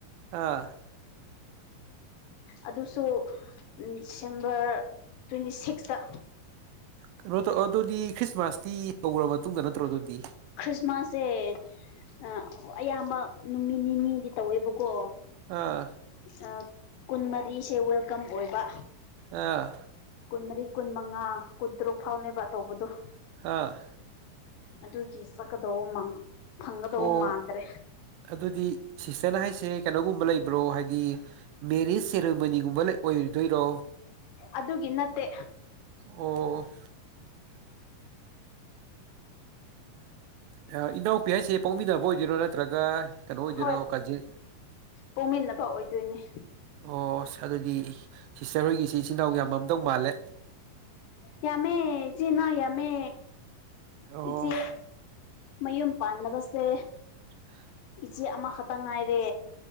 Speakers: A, on the right; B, on the left.
A: ꯑꯥ
B: ꯑꯗꯨꯁꯨ ꯗꯤꯁꯦꯝꯕꯔ ꯇ꯭ꯋꯦꯟꯇꯤ ꯁꯤꯛꯁꯇ
A: ꯀꯩꯅꯣ ꯇꯧ ꯑꯗꯨꯗꯤ ꯈ꯭ꯔꯤꯁꯃꯥꯁꯇꯤ ꯌꯧꯒꯔ꯭ ꯃꯇꯨꯡꯗ ꯅꯠꯇ꯭ꯔꯣ ꯑꯗꯨꯗꯤ
B: ꯈ꯭ꯔꯤꯁꯃꯥꯁꯁꯦ ꯑ ꯑꯌꯥꯝꯕ ꯅꯨꯃꯤꯠ ꯅꯤꯅꯤꯗꯤ ꯇꯧꯋꯦꯕꯀꯣ
A: ꯑꯥ
B: ꯑꯥ ꯀꯨꯟꯃꯔꯤꯁꯦ ꯋꯦꯜꯀꯝ ꯑꯣꯏꯕ
A: ꯑꯥ
B: ꯀꯨꯟꯃꯔꯤ ꯀꯨꯟꯃꯉꯥ ꯀꯨꯟꯇꯔꯨꯛ ꯐꯥꯎꯅꯦꯕ ꯇꯧꯕꯗꯣ
A: ꯍꯥꯥ
B: ꯑꯗꯨꯒꯤ ꯆꯛꯀꯗꯧꯕ ꯃꯥꯡ ꯐꯪꯒꯗꯧꯕ
A: ꯑꯣ
B: ꯃꯥꯟꯗ꯭ꯔꯦ
A: ꯑꯗꯨꯗꯤ ꯁꯤꯁꯇꯔꯅ ꯍꯥꯏꯁꯦ ꯀꯩꯅꯣꯒꯨꯝꯕ ꯂꯩꯕ꯭ꯔꯣ ꯍꯥꯏꯗꯤ ꯃꯦꯔꯤꯁ ꯁꯦꯔꯦꯃꯅꯤꯒꯨꯝꯕ ꯂꯩ ꯑꯣꯏꯔꯨꯗꯣꯏꯔꯣ
B: ꯑꯗꯨꯒꯤ ꯅꯠꯇꯦ
A: ꯑꯣ ꯑꯥ ꯏꯅꯥꯎꯄꯤ ꯍꯥꯏꯁꯦ ꯄꯣꯛꯃꯤꯟꯅꯕ ꯑꯣꯏꯗꯣꯏꯔꯣ ꯅꯠꯇ꯭ꯔꯒ ꯀꯩꯅꯣ ꯑꯣꯏꯗꯣꯏꯔꯣ
B: ꯍꯣꯏ
A: ꯀꯥꯖꯤꯟ
B: ꯄꯣꯛꯃꯤꯟꯅꯕ ꯑꯣꯏꯗꯣꯏꯅꯦ
A: ꯑꯣꯁ ꯑꯗꯨꯗꯤ ꯁꯤꯁꯇꯔ ꯍꯣꯏꯒꯤꯁꯤ ꯏꯆꯤꯟ ꯏꯅꯥꯎ ꯌꯥꯝꯃꯝꯗꯧ ꯃꯥꯜꯂꯦ
B: ꯌꯥꯃꯦ ꯏꯆꯦꯅ ꯌꯥꯝꯃꯦ
A: ꯑꯣ
B: ꯏꯆꯦ ꯃꯌꯨꯝ ꯄꯥꯟꯅꯕꯁꯦ
A: <inaudible>
B: ꯆꯦ ꯑꯃꯈꯠꯇ ꯉꯥꯏꯔꯦ